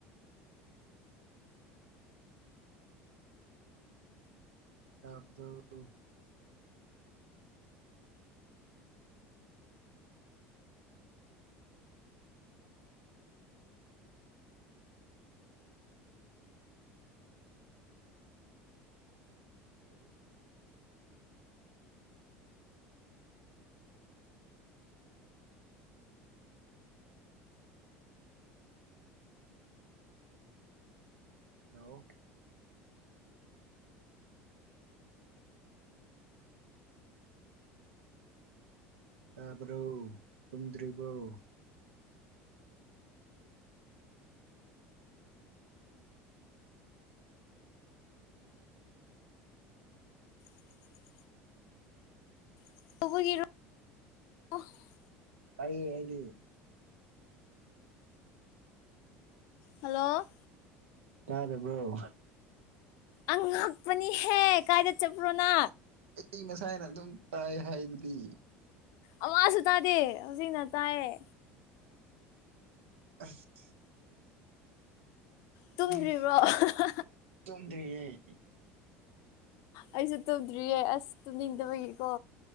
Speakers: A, on the right; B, on the left.
A: ꯇꯥꯕ꯭ꯔ‌ꯣ ꯍꯜꯂꯣ ꯂꯣ ꯇꯥꯕ꯭ꯔ‌ꯣ ꯇꯨꯝꯗ꯭ꯔꯤꯕ‌ꯣ
B: <unintelligible> <inaudible> <unintelligible> <inaudible>
A: ꯇꯥꯏꯌꯦ ꯑꯩꯗꯤ
B: ꯍꯜꯂꯣ
A: ꯇꯥꯗꯕ‍꯭ꯔ‌ꯣ
B: ꯑꯉꯛꯄꯅꯤꯍꯦ ꯀꯥꯏꯗ ꯆꯠꯄ꯭ꯔꯣꯅ
A: ꯑꯩ ꯉꯁꯥꯏꯅ ꯑꯗꯨꯝ ꯇꯥꯏ ꯍꯥꯏꯗꯨꯗꯤ
B: ꯑꯋꯥꯁꯨ ꯇꯥꯗꯦ ꯍꯧꯖꯤꯛꯅ ꯇꯥꯏꯌꯦ
A: ꯑꯁ
B: ꯇꯨꯝꯗ꯭ꯔꯤꯕ꯭ꯔꯣ
A: ꯑꯩꯁ
B: ꯑꯍꯥꯍꯥ
A: ꯇꯨꯝꯗ꯭ꯔꯤꯌꯦ
B: ꯑꯩꯁꯨ ꯇꯨꯝꯗ꯭ꯔꯤꯌꯦ ꯑꯁ ꯇꯨꯝꯅꯤꯡꯗꯕꯒꯤꯀꯣ